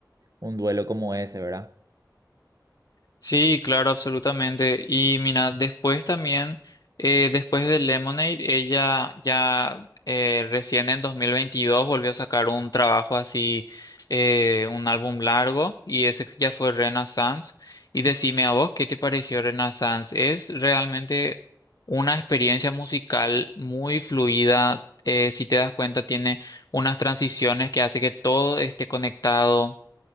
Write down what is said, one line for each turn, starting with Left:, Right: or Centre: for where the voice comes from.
Right: un duelo como ese, ¿verdad?
Left: Sí, claro, absolutamente. Y mira, después también, eh, después de Lemonade, ella ya eh, recién en 2022 volvió a sacar un trabajo así, eh, un álbum largo, y ese ya fue Renaissance. Y decime a vos, ¿qué te pareció Renaissance? Es realmente una experiencia musical muy fluida. eh, si te das cuenta, tiene unas transiciones que hace que todo esté conectado.